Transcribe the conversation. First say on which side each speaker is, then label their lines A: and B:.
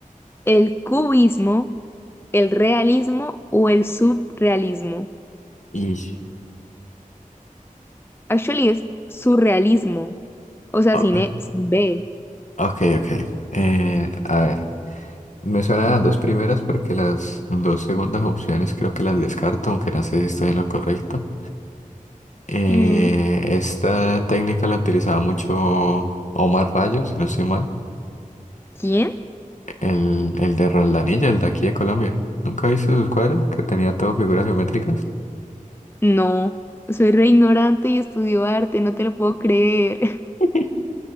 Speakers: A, on the left; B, on the left.
A: el cubismo, el realismo o el subrealismo.
B: Y...
A: Actually es surrealismo, o sea,
B: o-
A: sin, E- sin B.
B: Ok, ok. Eh, a ver, me suenan las dos primeras porque las dos segundas opciones creo que las descarto, aunque no sé si estoy en lo correcto. Eh,
A: Mm,
B: esta técnica la utilizaba mucho Omar Rayo, si no estoy mal,
A: ¿Quién?
B: el, el de Roldanilla, el de aquí de Colombia. ¿Nunca viste sus cuadros que tenía todo figuras geométricas?
A: No, soy re ignorante y estudio arte, no te lo puedo creer. <laughs>
B: <laughs>